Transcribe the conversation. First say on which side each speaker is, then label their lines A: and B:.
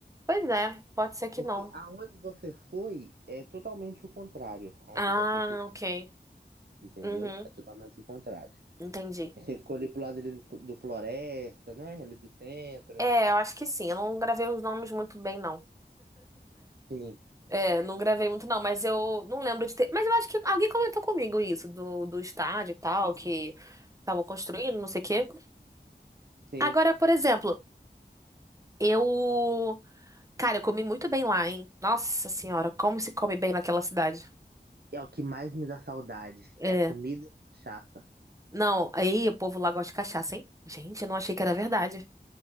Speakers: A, on the right; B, on the right.
A: Pois é, pode ser que
B: Porque
A: não.
B: aonde você foi é totalmente o contrário. Onde
A: Ah,
B: você fica,
A: ok.
B: entendeu?
A: Uhum,
B: É totalmente o contrário.
A: entendi.
B: Você ficou ali pro lado dele do do Floresta, né? Ali do centro.
A: É, eu acho que sim. Eu não gravei os nomes muito bem, não.
B: Sim,
A: É, não gravei muito, não, mas eu não lembro de ter. Mas eu acho que alguém comentou comigo isso, do, do estádio e tal, que estavam construindo, não sei o quê.
B: sim.
A: Agora, por exemplo, eu. Cara, eu comi muito bem lá, hein? Nossa senhora, como se come bem naquela cidade.
B: É o que mais me dá saudade.
A: É.
B: É a comida e a cachaça.
A: Não, aí o povo lá gosta de cachaça, hein? Gente, eu não achei que era verdade.